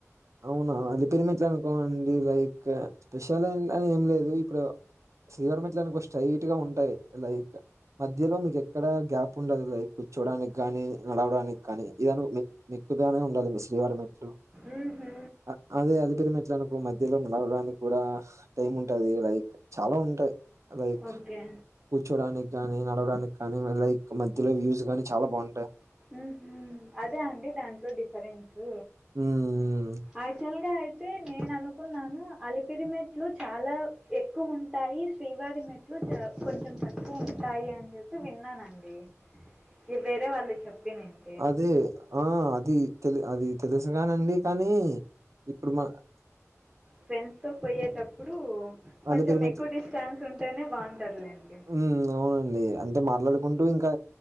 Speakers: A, on the right (about 65°); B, in the centre.
A: అవునా అలి పెరిమిట్లు అంటావండి లైక్ స్పెషల్ అని ఏం లేదు ఇప్పుడు శ్రీవారి మెట్ల అనుకో స్ట్రైట్ గా ఉంటాయి లైక్ మధ్యలో మీకు ఎక్కడ గ్యాప్ ఉండదు లైక్ కూర్చోడానికి గాని నడవడాని కానీ ఇదను <unintelligible> గానే ఉండాలి మీ శ్రీవారి మెట్లు
B: ఊహూ
A: అ అదే అలిపిరి మెట్లనుకో మధ్యలో నడవడానికి కూడా టైం ఉంటాది లైక్ చాలా ఉంటాయి లైక్
B: ఓకే
A: కూర్చోడానికి గాని నడవడానికి కానీ లైక్ మధ్యలో వ్యూస్ గానీ చాలా బాగుంటాయి
B: ఊహూ అదే అండి దాంట్లో డిఫరెన్సు
A: హ్మ్.
B: యాక్చువల్ గా అయితే నేను అనుకున్నాను అలిపిరిమెట్లు చాలా ఎక్కువ ఉంటాయి శ్రీవారి మెట్లు చ కొంచెం తక్కువ ఉంటాయి అని చెప్పి విన్నానండి ఇది వేరే వాళ్ళు చెప్పి నండి
A: అది ఆ అది తెలు అది తెలుసుగానండి కానీ ఇప్పుడు మా
B: ఫ్రెండ్స్ తో పోయేటప్పుడు కొంచెం
A: అలిపిరి మెట్లు
B: ఎక్కువ డిస్టాన్స్ ఉంటేనే బాగుంటాదిలేండి
A: హ్మ్ అవునండి అంటే మాట్లాడుకుంటూ ఇంకా